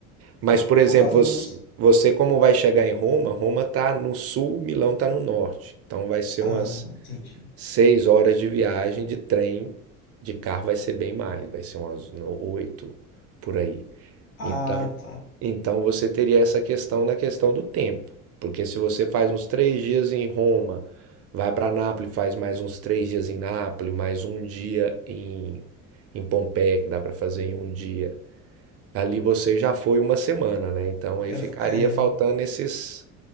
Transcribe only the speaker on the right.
Mas,
por exemplo,
você,
você como vai chegar em Roma? Roma tá no sul, Milão tá no norte. Então vai ser
umas
seis horas de viagem de trem, de carro vai ser bem mais, vai ser umas no- oito por aí.
Então,
então você teria essa questão na questão do tempo, porque se você faz uns três dias em Roma, vai para Nápoles, faz mais uns três dias em Nápoles, mais um dia em, em Pompeia, que dá para fazer em um dia. Ali você já foi uma semana, né? Então
aí ficaria
faltando esses